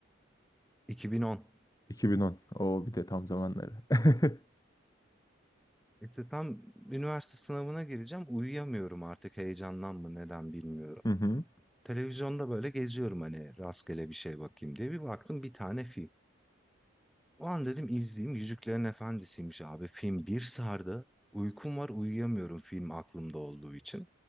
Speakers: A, in the centre; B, on the left.
A: 2010.
B: 2010. O bir de tam zamanları. <laughs>
A: İşte tam üniversite sınavına gireceğim. Uyuyamıyorum artık heyecandan mı neden bilmiyorum.
B: Hı hı.
A: Televizyonda böyle geziyorum hani rastgele bir şey bakayım diye. Bir baktım bir tane film. O an dedim izleyeyim. Yüzüklerin Efendisi'ymiş abi. Film bir sardı. Uykum var uyuyamıyorum film aklımda olduğu için.